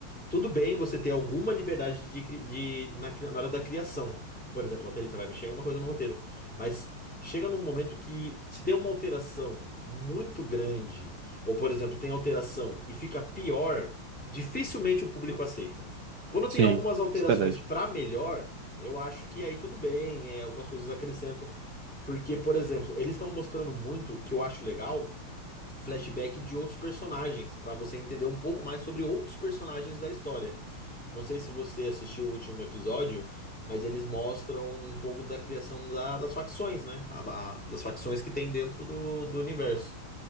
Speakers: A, in the centre; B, on the right (about 75°).
A: Tudo bem você ter alguma liberdade de, cri- de- na, cri- na hora da criação. Por exemplo, o roteirista vai mexer em alguma coisa no roteiro. Mas chega num momento que, se tem uma alteração muito grande, ou por exemplo, tem alteração e fica pior, dificilmente o público aceita. Quando
B: Sim,
A: tem algumas alterações
B: isso é verdade.
A: pra melhor, eu acho que aí tudo bem, é, algumas coisas acrescentam. Porque, por exemplo, eles estão mostrando muito, que eu acho legal flashback de outros personagens, pra você entender um pouco mais sobre outros personagens da história. Não sei se você assistiu o último episódio, mas eles mostram um pouco da criação da- das facções, né? A- a- das facções que tem dentro do, do universo.